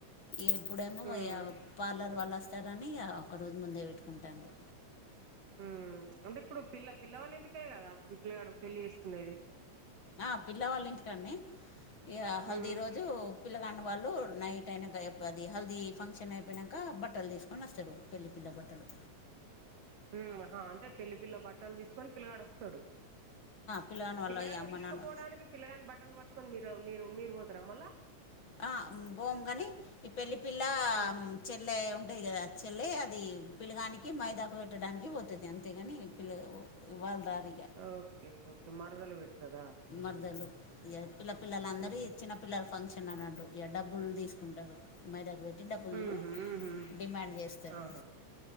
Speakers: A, on the left; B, on the right.
A: ఇగా ఇప్పుడేమో
B: ఉమ్
A: ఇగా పార్లర్ వాళ్లు వస్తే కానీ ఇక ఒకరోజే ముందే పెట్టుకుంటాము
B: ఉమ్ అంటే ఇప్పుడు పిల్ల పిల్లవాళ్ళ ఇంటికే కదా పిల్లగాడు పెళ్లి చేసుకునేది
A: ఆ పిల్లవాళ్ళ ఇంటికాన్నే ఇగ హల్దీరోజు
B: ఉమ్
A: పిల్లగాన్న వాళ్ళు నైట్ అయినాంకా అది హెల్దీ ఫంక్షన్ అయిపోయినాక బట్టలు తీసుకొని వస్తారు పెళ్లి పిల్లబట్టలు
B: హ్మ్ ఆహా అంటే పెళ్లి పిల్ల బట్టలు తీసుకొని పిల్లగాడు వస్తారు
A: పిల్లగాని వాళ్ళ
B: పిల్లగాన్ని
A: ఇక అమ్మ
B: తీసుకపోవడానికి
A: నాన్న
B: పిల్లగాని బట్టలు పట్టుకొని మీరు మీరు మీరు పోతార మళ్ళా
A: ఆ ఓమ్ కాని ఈ పెళ్లి పిల్ల
B: ఉమ్
A: చెల్లె ఉంటుంది కదా చెల్లె అది పిలగానికి మైదాకు పెట్టడానికి పోతుంది అంతేగాని పిల్ల ఎవ్వళ్ దారి
B: ఆ ఓకే ఓకే మరదలు పెడుతదా
A: మరదలు పిల్ల పిల్లలందరి
B: ఉహు
A: చిన్నపిల్లల ఫంక్షన్ చిన్న అన్నట్టు ఇగా డబ్బులు తీసుకుంటారు మైదాకు పెట్టి డబ్బులు
B: ఉహు ఉహు
A: డిమాండ్ చేస్తారు
B: ఆహా